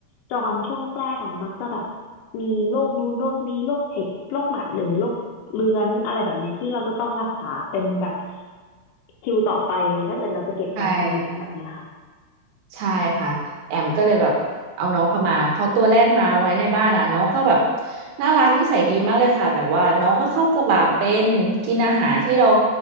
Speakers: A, on the left; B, on the right.
A: จรช่วงแรกๆอะมักจะแบบมีโรคนู้นโรคนี้โรคเห็บโรคหมัดหรือโรคเรื้อนอะไรแบบเนี้ยที่เราจะต้องรักษาเป็นแบบคิวต่อไปเลยถ้าเกิดเราจะเก็บน้องมาเลี้ยงแบบเนี้ยค่ะ
B: ใช่ ใช่ค่ะแอมก็เลยแบบเอาน้องเข้ามาพอตัวแรกมาไว้ในบ้านอ่ะน้องก็แบบน่ารักนิสัยดีมากเลยค่ะแบบว่าน้องก็เข้ากระบะเป็นกินอาหารที่เรา